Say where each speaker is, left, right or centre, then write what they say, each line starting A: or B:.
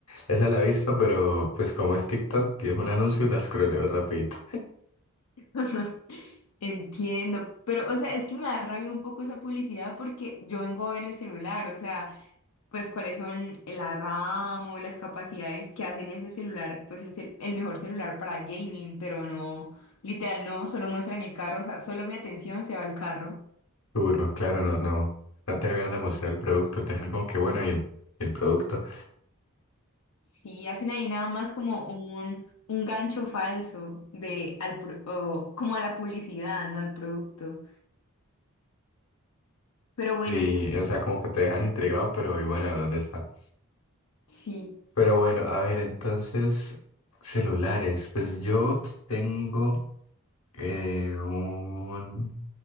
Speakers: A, on the left; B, on the left.
A: Esa la he visto, pero pues como es TikTok y es un anuncio, la scrolleo rapidito.
B: <laughs> Entiendo, pero o sea, es que me da rabia un poco esa publicidad porque yo vengo a ver el celular, o sea, pues cuáles son la RAM o las capacidades que hacen ese celular, pues el, cel- el mejor celular para gaming, pero no, literal, no, solo muestran el carro, o sea, solo mi atención se va al carro.
A: Duro, claro, no, no. No terminan de mostrar el producto, te dejan como que bueno, y el, el producto.
B: Sí, hacen ahí nada más como un, un gancho falso de al pro- o como a la publicidad, no al producto. Pero bueno,
A: Y, o sea, como que te dejan intrigado, pero y bueno, ¿dónde está?
B: sí.
A: Pero bueno, a ver, entonces, celulares. Pues yo tengo eh, un,